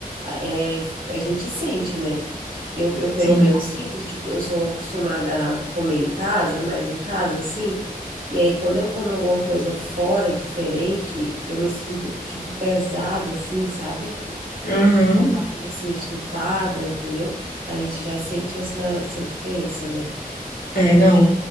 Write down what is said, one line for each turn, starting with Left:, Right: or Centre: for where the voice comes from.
Right: é, a gente sente, né? Eu, eu pelo
Left: sim.
Right: menos sinto, tipo, eu sou acostumada a comer em casa, mais em casa, assim, e aí quando eu como alguma coisa fora, diferente, eu me sinto, tipo, pesada, assim, sabe?
Left: Aham.
Right: Com a barriga, assim, estufada, entendeu? A gente já sente essa, essa diferença, né?
Left: É, não.